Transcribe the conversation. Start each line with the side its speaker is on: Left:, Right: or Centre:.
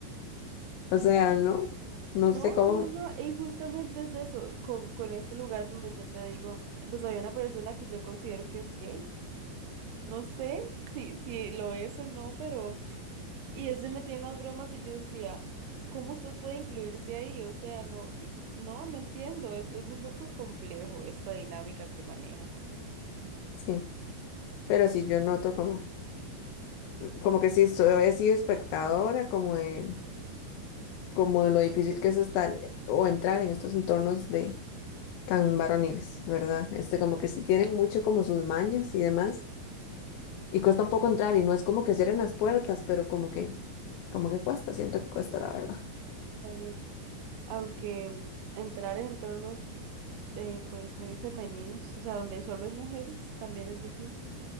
Left: O sea,
Right: Ay,
Left: no, no
Right: No,
Left: sé cómo,
Right: no, no, y justamente es eso, con, con este lugar donde yo te digo, pues había una persona que yo considero que es gay, no sé si, si lo es o no, pero... Y él se metía en las bromas y yo decía, ¿cómo usted puede incluirse ahí? O sea, no, y, no, no entiendo, es, es un poco complejo esta dinámica que manejan.
Left: sí, pero sí yo noto como, como que sí, soy he sido espectadora, como de, como de lo difícil que es estar eh, o entrar en estos entornos de tan varoniles, ¿verdad? Este, como que sí tienen mucho como sus mañas y demás Y cuesta un poco entrar y no es como que cierren las puertas, pero como que, como que cuesta, siento que cuesta la verdad.
Right: Totalmente. Aunque entrar en entornos eh, pues muy femeninos, o sea, donde solo hay mujeres, también es difícil.